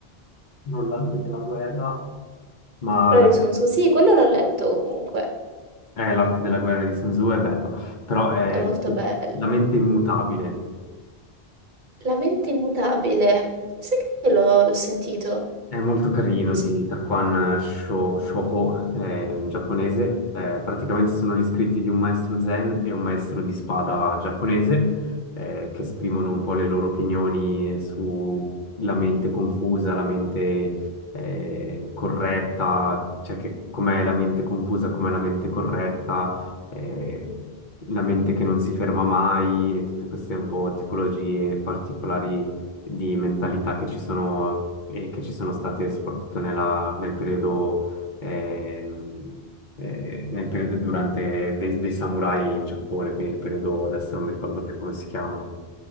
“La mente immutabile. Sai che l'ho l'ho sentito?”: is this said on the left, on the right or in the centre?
Right